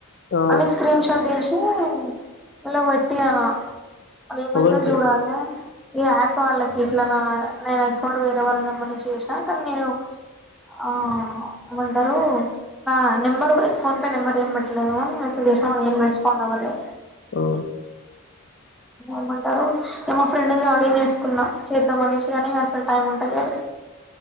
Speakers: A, on the left; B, in the centre.
A: ఆ
B: అవి స్క్రీన్ షాట్ చేసి వాళ్ళకు పేట్టిన, అది ఏమైతదో
A: ఎవలికి
B: చూడాలి ఈ యాప్ వాళ్ళకి ఇట్లా నా నేను అకౌంట్ వేరే వాళ్ళని ఏమన్నా చేసా కానీ నేను ఆ ఏమంటారో ఆ నెంబర్ ఫోన్ పే నెంబర్ ఏం పెట్టట్లేదు, మెసేజ్ చేసినాని ఏం రెస్పాండ్ అవ్వాలే,
A: ఉ
B: ఏమంటారు ఇ మా ఫ్రెండ్ది లాగిన్ వేసుకున్నా, చేద్దాంమనేసి కాని అసలు టైమ్ ఉంటలేదు,